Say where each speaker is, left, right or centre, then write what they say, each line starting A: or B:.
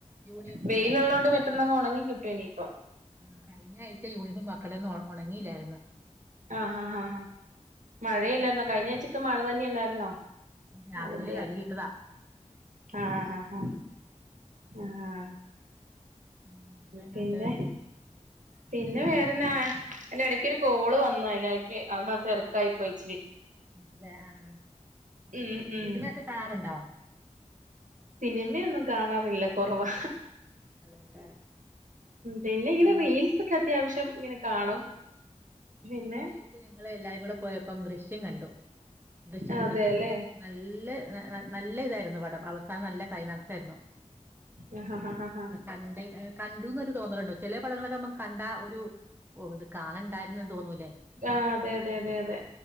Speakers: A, on the right; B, on the right.
A: യൂണിഫോം
B: വെയിലുള്ളോണ്ട്
A: അല്ലേ അപ്പം
B: പെട്ടെന്നങ്ങ് ഒണങ്ങി കിട്ടുംഇനീപ്പം
A: ആഹ് കഴിഞ്ഞ ആഴ്ച യൂണിഫോം മക്കളെ ഒന്നും ഒണ ഒണങ്ങില്ലാരുന്നു
B: ആഹ് ഹാ ഹാ ആഹ് മഴയല്ലായിരുന്നോ
A: ഞാന്
B: കഴിഞ്ഞ ആഴ്ചക്ക മഴ തന്നെ അല്ലായിരുന്നോ
A: രാവിലെ
B: അതിന്റെയാ
A: കഴുകിയിട്ടതാ
B: ആഹ് ആഹ് ഹാ ആഹ്
A: പിന്നെ വേറെന്നാണ്ട്
B: പിന്നെ പിന്നെ വേറെന്നാ, അയ്ന്റെ എടയ്ക്കൊരു കോള് വന്ന് അയിനെടയ്ക്ക് അത് തെരക്കായി പോയി ഇച്ചിരി
A: അതെ ആഹ്,
B: ഉം ഉം
A: സിനിമയൊക്കെ കാണാറുണ്ടോ
B: സിനിമയൊന്നും കാണാറില്ല കൊറവാ
A: അതെല്ലേ
B: പിന്നെ ഇങ്ങനെ
A: ഞങ്ങ
B: റീൽസൊക്കെ അത്യാവശ്യം ഇങ്ങനെ കാണും പിന്നെ
A: കഴ്ഞ്ഞ ആഴ്ച ഞങ്ങള് എല്ലാരും കൂടെ പോയപ്പം ദൃശ്യം കണ്ടു ദൃശ്യം
B: അതെല്ലേ
A: ത്രീ നല്ല ഇ ന ന നല്ല ഇതായിരുന്നു പടം അവ അഹ് നല്ല ക്ലൈമാക്സായിരുന്നു
B: ആഹ് ഹ ഹ ഹ
A: കണ്ട കണ്ടുന്നൊരു തോന്നല്ണ്ട് ചെലേപടങ്ങളൊക്കെ അമ്മക്ക് കണ്ട ഒരു ഓ ഇത് കാണണ്ടായിരുന്ന് തോന്നൂലേ
B: ആഹ്‌ അതെ അതെ അതെ അതെ